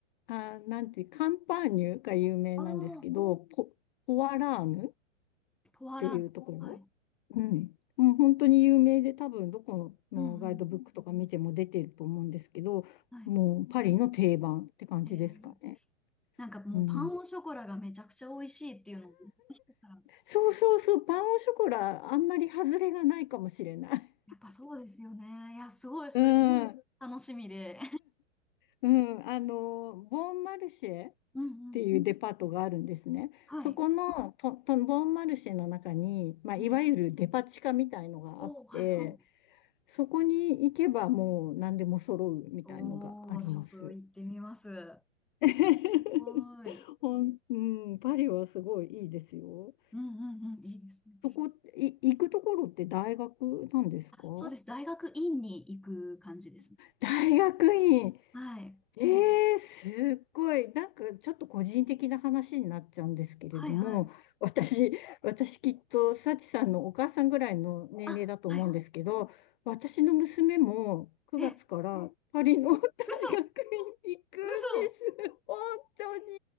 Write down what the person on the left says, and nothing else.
あー、なんて、カンパーニュが有名なんですけど、
ポ、ポワラーヌ
ていうところ。
うん。もう本当に有名で多分どこのガイドブックとか見ても出てると思うんですけど、
もうパリの定番って感じですかね。
うん。そうそうそう、パンオショコラ、あんまり外れがないかもしれない。
うん。
うん、あの、ボンマルシェっ
ていうデパートがあるんですね。
そこのと、と、ボンマルシェの中に、まあ、
いわゆるデパ地下みたいのがあって、
そこに行けばもう何でも揃うみたいのがあります。
<laughs>
ほん、うん、パリはすごいいいですよ。
そこ、い、行くところって大学なんですか
大学院。
ええすっごい。なんかちょっと個人的な話になっちゃうんですけれども、
私、私きっと、幸さんのお母さんぐらいの年齢だと思うんですけど、
私の娘も9月からパリの
<laughs> 大学に行くんです。
本当に。